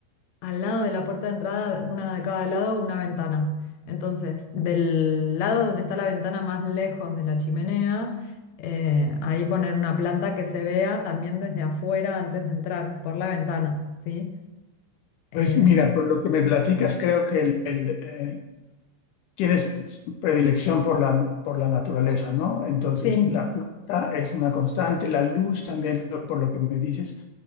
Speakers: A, on the left (about 65°); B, on the left (about 80°).
A: al lado de la puerta de entrada, una de cada lado, una ventana. Entonces, del lado donde está la ventana más lejos de la chimenea, eh, ahí poner una planta que se vea también desde afuera antes de entrar por la ventana, ¿sí?
B: Pues
A: Eh,
B: mira, por lo que me platicas, creo que el, el, eh, tienes predilección por la, por la naturaleza, ¿no? Entonces,
A: sí,
B: la planta es una constante, la luz también, lo- por lo que me dices,